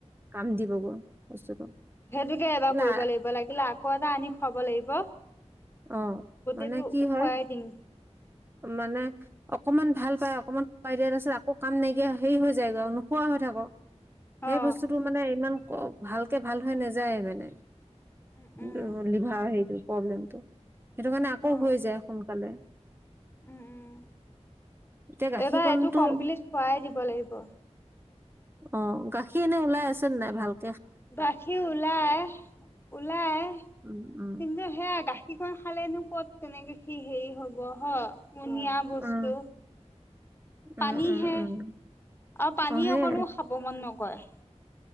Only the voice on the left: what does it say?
সেইটোকে এবাৰ
কৰিব লাগিব লাগিলে আকৌ এটা আনি খুৱাব লাগিব।
গোটেইটো
খুৱাই
দিম
অ
উম উম
অ
উম উম
এইবাৰ এইটো কমপ্লিট খোৱাই দিব লাগিব।
গাখীৰ ওলাই ওলাই
কিন্তু সেয়া গাখী- কি কয় খালেনো ক'ত তেনেকে কি হেৰি হ'ব হ পনিয় বস্তু।
পানীহে
আৰু
পানী
অকণো খাৱ মন নকয়।